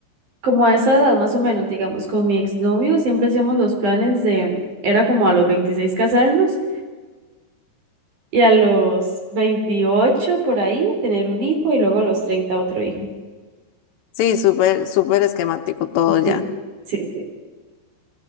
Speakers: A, on the right; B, on the left.
A: como a esa edad, más o menos, digamos. Con mi exnovio siempre hacíamos los planes de, era como a los 26 casarnos y a los 28 por ahí tener un hijo y luego a los 30 otro hijo.
B: sí, súper, súper esquemático todo ya.
A: Sí, sí, sí.